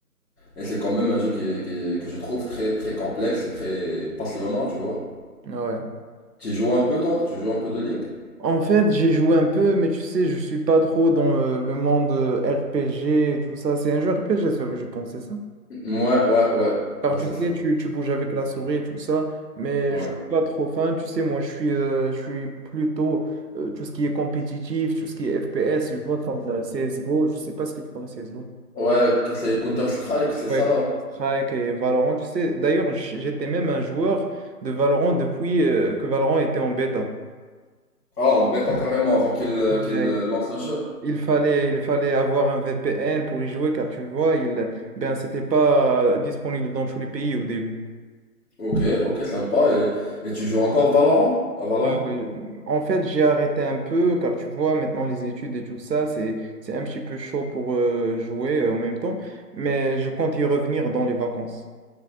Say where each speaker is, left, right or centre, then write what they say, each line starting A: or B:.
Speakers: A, on the left; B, on the right.
A: Et c'est quand même un jeu qui, est- qui est- que je trouve très, très complexe et très passionnant, tu vois.
B: Ouais.
A: Tu joues un peu, toi? Tu joues un peu de League?
B: En fait, j'ai joué un peu, mais tu sais, je suis pas trop dans euh, le monde euh, RPG et tout ça. C'est un jeu RPG, ça, je pense, c'est ça?
A: Ouais, ouais, ouais.
B: Car
A: Ouais,
B: tu
A: c'est ça.
B: sais, tu, tu bouges avec la souris et tout ça, mais
A: Ouais.
B: je suis pas trop fan. Tu sais, moi, je suis, euh, je suis plutôt euh, tout ce qui est compétitif, tout ce qui est FPS, je vois comme euh, CSGO. Je sais pas ce que tu penses, de C S G O.
A: Ouais, que c'est Counter-Strike, c'est ça.
B: Ouais, Counter-Strike et Valorant. Tu sais, d'ailleurs, j- j'étais même un joueur de Valorant depuis euh, que Valorant était en bêta.
A: Ah, en bêta carrément avant qu'il euh,
B: Ouais,
A: qu'il euh, lance le jeu.
B: Il fallait, il fallait avoir un VPN pour y jouer car tu vois, il, ben, c'était pas disponible dans tous les pays au début.
A: Ok, ok, sympa. Et, et tu joues encore Valorant? À Valorant?
B: Ah oui. En fait, j'ai arrêté un peu car tu vois, maintenant les études et tout ça, c'est, c'est un petit peu chaud pour euh, jouer euh, en même temps, mais je compte y revenir dans les vacances.